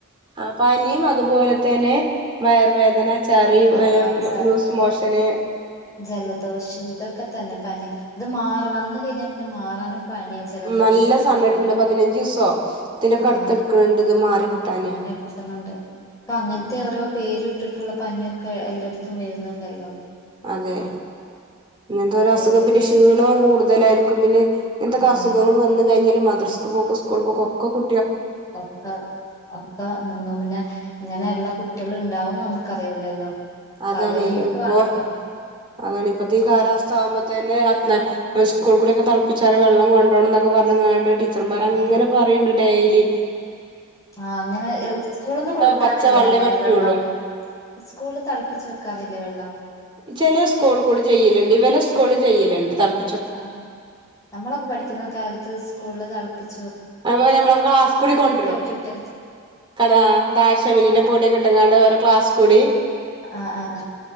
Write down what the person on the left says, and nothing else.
ആഹ് ചർദ്ദി
ജലദോഷം ഇതൊക്കെ തന്നെ പനി അത് മാറും വന്ന് കഴിഞ്ഞാ പിന്നെ മാറാനും പനിയും ജലദോഷവും
കൊരയൊക്കെ
ആ
അങ്ങനെയൊന്നുണ്ട് ഇപ്പൊ അങ്ങനത്തെ
ഓരോ പേര് ഇട്ടിട്ടുള്ള പനിയൊ ക്കേ എല്ലാടത്തും വരുന്ന്ണ്ടല്ലോ.
പേര്
അതെ
ഒക്കെ ഒക്കെ എന്നെന്നും പിന്നെ ഇങ്ങനെയള്ള കു കുട്ടികള് ഉണ്ടാവുംന്ന് നമുക്ക് അറിയൂല്ലല്ലോ.
പകരുന്നതു
ആണല്ലോ.
ആ
ആ അങ്ങനെ സ്കൂള്ന്ന് കൊടുക്കാറില്ലേ
അങ്ങനെ
വെള്ളം. സ്കൂളിൽ തെളപ്പിച്ച് വെക്കാറില്ലേ വെള്ളം.
ആ നമ്മളൊക്കെ പഠിക്കുന്ന കാല ഇത് സ്കൂൾള് തെളപ്പിച്ചു
ഇട്ടിട്ട്
ആ
ആ ആ ആഹ്